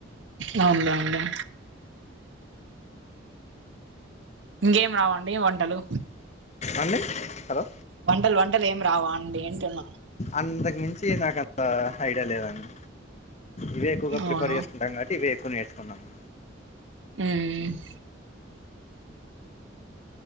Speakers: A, on the right (about 75°); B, on the left (about 35°).
A: మళ్ళా ఉండే ఇంగేం రావండి వంటలు
B: అండి హలో
A: వంటల్ వంటలు ఏం రావ అండి అంటున్న
B: అంతకు మించి నాకు అంత ఐడియా లేదండి ఇవే ఎక్కువగా ప్రిఫర్
A: అవునా
B: చేసుకుంటాం కాబట్టి ఇవే ఎక్కువ నేర్చుకున్నాము
A: ఉమ్